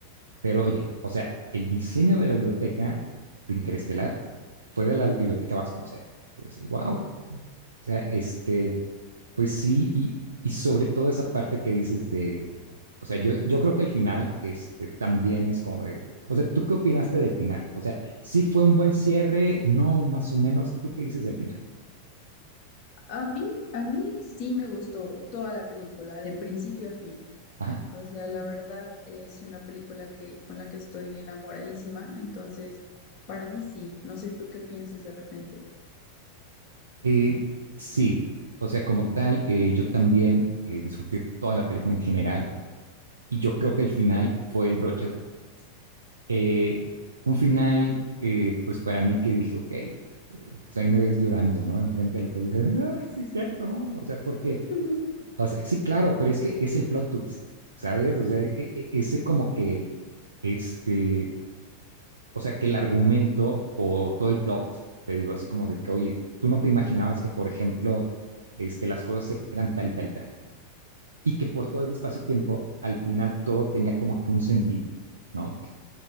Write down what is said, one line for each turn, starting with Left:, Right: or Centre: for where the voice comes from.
Right: pero oye, o sea, el diseño de la biblioteca de Interestelar fue de la biblioteca Vasconcelos. Y dices, wow, o sea, este, pues sí, y, y sobre todo esa parte que dices de, o sea, yo, yo creo que el final, este, también es como de, o sea, ¿tú qué opinaste del final? O sea, ¿sí fue un buen cierre? No, más o menos, ¿tú qué dices del final?
Left: A mí, a mí sí me gustó toda la película, de principio a fin.
Right: Ajá.
Left: O sea, la verdad es una película que, con la que estoy enamoradísima. Entonces, para mí sí. No sé tú qué pienses de repente.
Right: Eh, sí, o sea, como tal, eh, yo también eh, disfruté toda la película en general y yo creo que el final fue el broche de oro. Eh, un final, eh, pues para mí que dije, ok, este, pues ahí me ves llorando, ¿no? Enfrente de la televisión, <laughs> "Ay, sí es cierto, ¿no? O sea, porque,
Left: <laughs>
Right: o sea, sí, claro, pero es que es el plot twist, ¿sabes? O sea, e- e- ese como que, este, o sea, que el argumento o todo el plot, te digo así como de que, oye, tú no te imaginabas que, por ejemplo, este, las cosas eran tal y tal y tal. Y que por todo ese espacio-tiempo, al final todo tenía como que un sentido, ¿no?